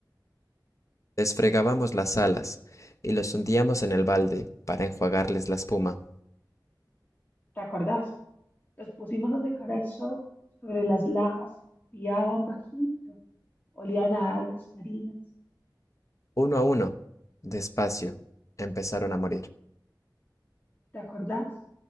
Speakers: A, on the left (about 40°); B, on the left (about 25°).
A: Desfregábamos las alas y los hundíamos en el balde para enjuagarles la espuma.
B: ¿Te acordás? Los pusimos a secar al sol sobre las lajas, piaban bajito, olían a algas marinas.
A: Uno a uno, despacio, empezaron a morir.
B: ¿Te acordás?